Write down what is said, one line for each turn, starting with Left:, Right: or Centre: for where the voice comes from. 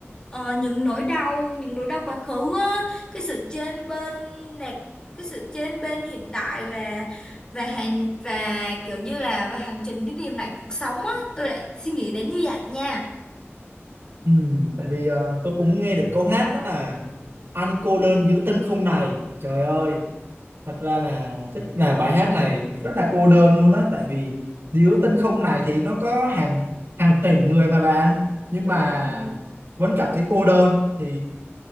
Left: ờ, những nỗi đau những nỗi đau quá khứ á cái sự chênh bên lạc cái sự chênh bên hiện tại và và hành và kiểu như là về hành trình đi tìm lại cuộc sống á tôi lại suy nghĩ đến như vậy nha
Right: ừm, tại vì ờ, tôi cũng nghe được câu hát đó là anh cô đơn giữa tinh không này trời ơi thật ra là chắc là bài hát này rất là cô đơn luôn á tại vì giữa tinh không này thì nó có hàng hàng tỷ người mà bạn nhưng
Left: đúng
Right: mà
Left: rồi
Right: vẫn cảm thấy cô đơn thì